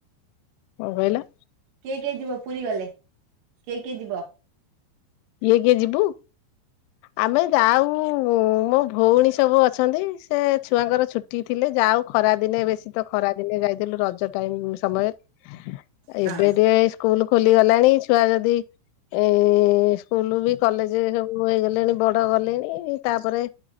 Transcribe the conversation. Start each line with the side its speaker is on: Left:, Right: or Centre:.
Left: କଣ କହିଲ?
Right: କିଏ କିଏ ଯିବ ପୁରୀ ଗଲେ କିଏ କିଏ ଯିବ?
Left: କିଏ କିଏ ଯିବୁ? ଆମେ ଯାଉ ମୋ ଭଉଣୀ ସବୁ ଅଛନ୍ତି ସେ ଛୁଆଙ୍କର ଛୁ ଛୁଟି ଥିଲେ ଯାାଉ ଖରା ଦିନେ ବେଶୀ ତ ଖରା ଦିନେ ଯାଇଥିଲୁ ରଜ ଟାଇମ ସମୟରେ ଏବେ
Right: ହଁ
Left: ଟିକେ ଏ ସ୍କୁଲ ଖୋଲିଗଲାଣି ଛୁଆ ଯଦି ଏ ସ୍କୁଲ ବି କଲେଜ ସବୁ ହେଇଗଲେଣି ବଡ ଗଲେଣି ତାପରେ